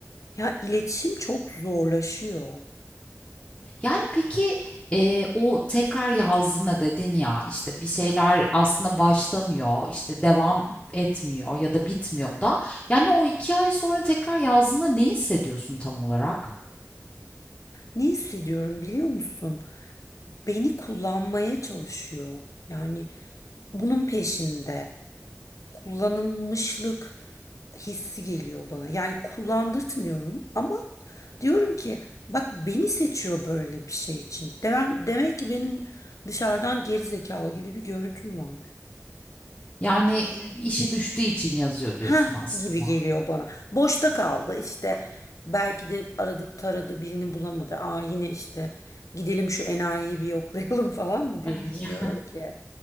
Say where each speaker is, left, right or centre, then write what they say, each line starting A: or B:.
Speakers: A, on the left; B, on the left.
A: Ya iletişim çok zorlaşıyor.
B: Yani, peki, eee, o tekrar yazdığına dedin ya, işte, bir şeyler aslında başlamıyor, işte, devam etmiyor ya da bitmiyor da, yani, o 2 ay sonra tekrar yazdığında ne hissediyorsun tam olarak?
A: Ne hissediyorum biliyor musun? Beni kullanmaya çalışıyor. Yani bunun peşinde. kullanılmışlık hissi geliyor bana. Yani kullandırtmıyorum ama diyorum ki bak beni seçiyor böyle bir şey için. Demek, demek ki benim dışarıdan geri zekalı gibi bir görüntüm var.
B: Yani, eee, işi düştüğü için yazıyor diyorsun
A: Ha
B: aslında.
A: gibi geliyor bana. Boşta kaldı işte. Belki de aradı taradı birini bulamadı. Aa yine işte gidelim şu enayiyi bir yoklayalım <laughs> falan mı diyor
B: <laughs>
A: bilmiyorum
B: Ya-
A: ki.